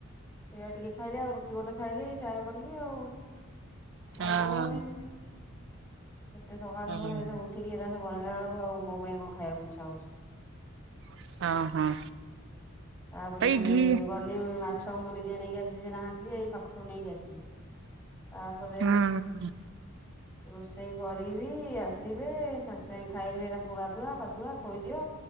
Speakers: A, in the centre; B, on the right.
A: ସେଇଆ ଟିକେ ଖାଇଲି। ଆଉ ରୁଟି ଗୋଟେ ଖାଇଲି ଚା କଲି ଆଉ।
B: ହଁ
A: ଆଉ କଣ ବନେଇବି। ଏତେ ସକାଳୁ
B: ହୁଁ
A: ସକାଳୁ ଏ ସବୁ ଉଠିକି ଏଉରା ସବୁ ବନେଇଲା ବେଳକୁ ଆଉ ମୋ ପାଇଁ କଣ ଖାଇବାକୁ ଇଚ୍ଛା ହଉଛି।
B: ହିଁ ହଁ।
A: ତାପରେ
B: ଏଇ
A: ପୁଣି
B: ଘି
A: ଗଲି ମାଛ ମୁଁ ନିଜେ ନେଇକି ଆସିଲି ସେ ନାହାନ୍ତି ସେ। ଖୁଣେଇକି ଆସିଲି ତାପରେ
B: ହୁଁ
A: ରୋଷେଇ କରିବି ଏଇ ଆସିବେ ସାଙ୍ଗେ ସାଙ୍ଗେ ଖାଇବେ ତାଙ୍କୁ ଗାଧୁଆ ପାଧୁଆ ଖୋଇଦିଅ।